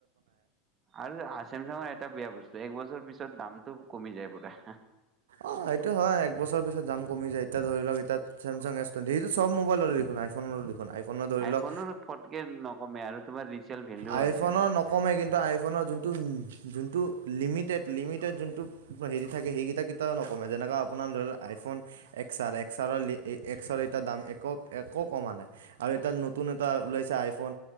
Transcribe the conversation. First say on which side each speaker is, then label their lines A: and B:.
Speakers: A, on the right (about 30°); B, on the right (about 80°).
A: আৰু চছেমচাঙৰ এটা বেয়া বস্তু একবছৰ পিছত দামটো কমি যায় বোলে।
B: অ এইটো হয় এক বছৰ পিছত দাম কমি জাই। এতিয়া ধৰি লওক এতিয়া চেমাং এছ টুৱেন্টি সটো চব মোবাইলো দেখোন আইফোননৰো দেখোন ধৰিলৌক,
A: আইফোনৰ ফটকে নকমে আৰু তোমাৰ ৰিচেল ভেলু
B: আই
A: আছে
B: ফোনৰ
A: অলপ
B: নকমা কিন্তু আই ফোনৰ জুন যোনটো লিমিটেড-লিমিটেড যোনটো হেৰি থাকে সেইকেইটা নকমে যেনেকা আপোনাৰ ধৰি লক আইফোন এক্সেল, এক্সেলৰ এক্সৰ দাম একো-একো কমা নাই। আৰু এাত নতুন এটা ওলাইছে আইফোন।